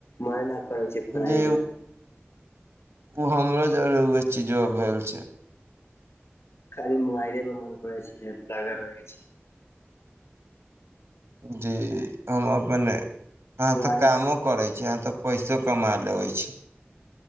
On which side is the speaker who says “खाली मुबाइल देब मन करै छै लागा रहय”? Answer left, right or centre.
Left